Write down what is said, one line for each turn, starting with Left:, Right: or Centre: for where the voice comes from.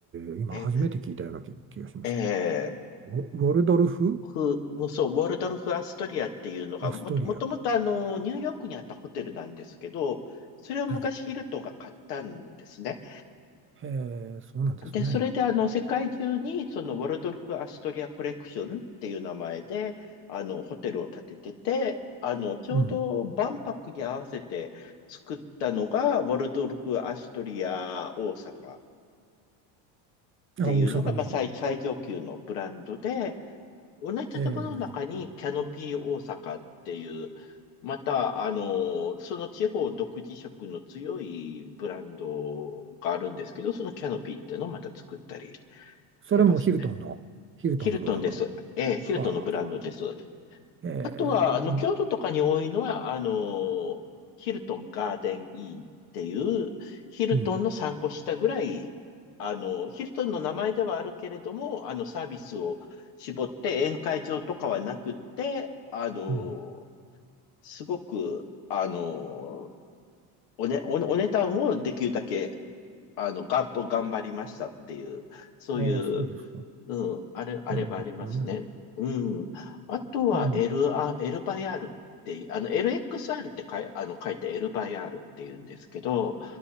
Right: ー、今初めて聞いたような気、
Left: え、
Right: 気がしますけど。
Left: え
Right: ウォウォルドルフ・
Left: フ、そう、ウォルドルフ・アストリアっていうのがもと、
Right: アストリア。
Left: もともとあの、ニューヨークにあったホテルなんですけど、それを昔ヒルトンが買ったんですね。
Right: はい。へえ、そうなんですね。
Left: で、それであの、世界中にそのウォルドルフ・アストリアコレクションっていう名前で、あの、ホテルを建ててて、あの、ちょうど万博に合わせて作ったのが、
Right: うん。
Left: ウォルドルフ・アストリア大阪っ
Right: あ、
Left: ていうのが、
Right: 大阪に。
Left: まあ、最、最上級のブランドで、同じ建物の中にキャノピー大阪っていう、
Right: へえ、
Left: また、あの、その地方独自色の強いブランドがあるんですけど、そのキャノピーっていうのをまた作ったりし
Right: それもヒルトンの、
Left: てますね。
Right: ヒルトンのブランド。
Left: ヒルトンです。ええ、ヒルトンのブランドです。
Right: はあ。へえ、
Left: あとは、
Right: うん、
Left: あの、京都とかに多いのは、あの、ヒルトンガーデンインっていう、ヒルトンの3個下ぐらい、
Right: うん、
Left: あの、ヒルトンの名前ではあるけれども、あの、サービスを絞って宴会場とかはなくって、あの、
Right: うん。
Left: すごく、あの、おね、お、お値段をできるだけ、あの、がっと頑張りましたっていう、そういう
Right: ああ、そうですか。
Left: うん、あれ、あればありますね。
Right: なるほどね。
Left: うん。あとは
Right: うん、
Left: L、あ、L バイ R って、あの、LXR ってかい、あの、書いて L バイ R って言うんですけど、